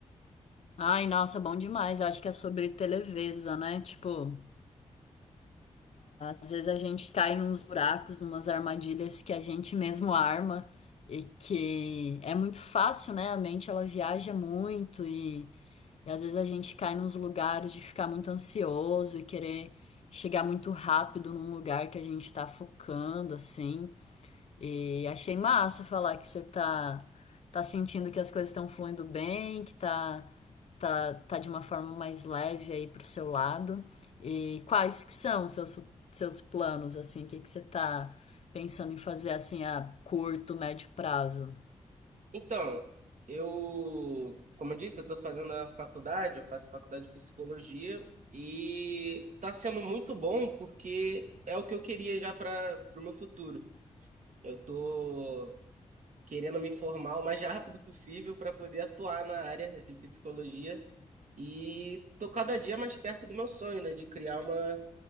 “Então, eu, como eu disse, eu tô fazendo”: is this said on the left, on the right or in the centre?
Right